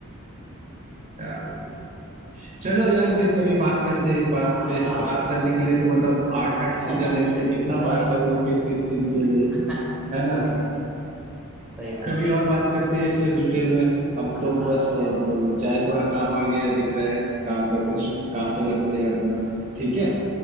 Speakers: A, on the right; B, in the centre.
A: क्या बोलूं। चलो यार
B: चलो
A: फिर कभी बात करते हैं इस बात
B: हाँ
A: पे बात करने के लिए तो मतलब आठ आठ सीजन
B: <laughs>
A: है इसका कितना
B: वही
A: बात करोगे किस किस सीन के लिए
B: <laughs>
A: है ना
B: वही सही बात
A: कभी
B: है
A: और बात करते हैं इससे डिटेल में अब
B: हाँ
A: तो बस
B: जरूर
A: अब चाहे थोड़ा काम आ गया है दिख रहा है काम का
B: हम्म,
A: कुछ काम पे लगते हैं अपना ठीक
B: वही
A: है